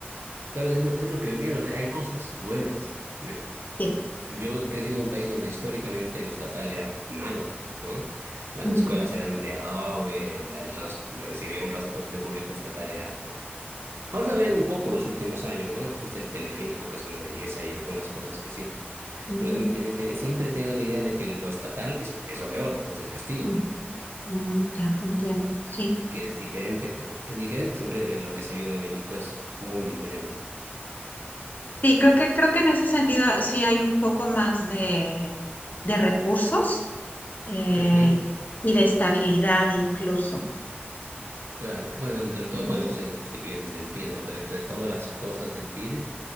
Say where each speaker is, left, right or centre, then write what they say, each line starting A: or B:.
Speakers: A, on the right (about 85°); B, on the left (about 45°).
A: Claro, es lo, es lo que viene, o sea, hay cosas buenas. ¿no?
B: Sí.
A: Yo he crecido en un país donde históricamente lo estatal era malo, ¿no? Las
B: Ujú,
A: escuelas eran de adobe, la- el trans- si había un transporte público estatal era Ahora se ha variado un poco los últimos años, ¿no? Existe el teleférico, que es una belleza, y algunas cosas que sí.
B: ujú,
A: Pero em, em, em, siempre he tenido la idea de que lo estatal es, es lo peor, es el castigo,
B: ujú, mm, ya, entiendo. Sí.
A: que es diferente, que- es diferente. Siempre eh, lo que he sabido de México es muy diferente.
B: Sí, creo que, creo que en ese sentido sí hay un poco más de, de recursos eh,
A: Ujú,
B: y de estabilidad incluso.
A: Claro. Bueno, entre todo,
B: Ujú.
A: bueno, no sé qué piensas del PIR, ¿no? Pero entre todas las cosas del PIR,